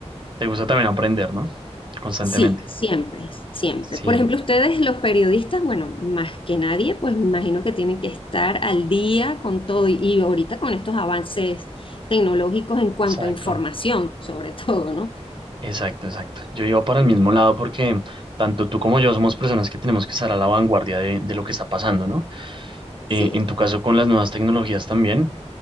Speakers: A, on the right; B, on the left.
A: Te gusta también aprender, ¿no? Constantemente.
B: Sí, siempre, siempre.
A: Sí,
B: Por ejemplo, ustedes, los periodistas, bueno, más que nadie, pues me imagino que tienen que estar al día con todo y y ahorita con estos avances tecnológicos en cuanto
A: exacto.
B: a información, sobre <laughs> todo, ¿no?
A: Exacto, exacto. Yo iba para
B: Sí.
A: el mismo lado porque tanto tú como yo somos personas que tenemos que estar a la vanguardia de, de lo que está pasando, ¿no?
B: Sí.
A: Eh, en tu caso con las nuevas tecnologías también,